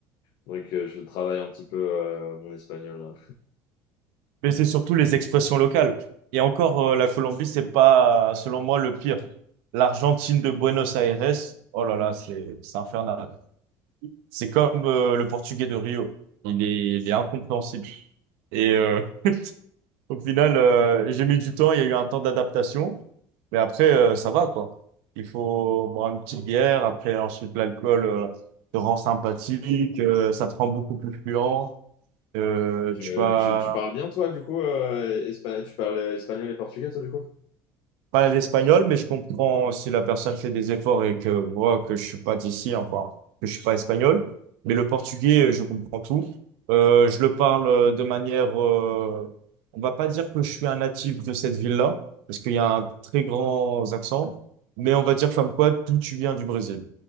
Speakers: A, on the left (about 65°); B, on the right (about 80°).
A: faudrait que je travaille un petit peu euh, mon espagnol là.
B: mais c'est surtout les expressions locales. Et encore, euh, la Colombie, c'est pas, selon moi, le pire. L'Argentine de Buenos Aires, oh là là, c'est, c'est infernal. C'est comme euh, le portugais de Rio. Il est, il est incompréhensible. Et euh, au final, euh, j'ai mis du temps, il y a eu un temps d'adaptation, mais après, euh, ça va, quoi. Il faut boire une petite bière, après, ensuite, l'alcool euh, te rend sympathique, euh, ça te rend beaucoup plus fluent. Euh,
A: Tu,
B: tu vas
A: tu, tu parles bien, toi, du coup, euh, espa- tu parles espagnol et portugais, toi, du coup?
B: pas l'espagnol, mais je comprends si la personne fait des efforts et que voit que je suis pas d'ici, enfin, que je suis pas espagnol. Mais le portugais, euh, je comprends tout. Euh, je le parle euh, de manière, euh, on va pas dire que je suis un natif de cette ville-là, parce qu'il y a un très grand accent, mais on va dire comme quoi tout tu viens du Brésil.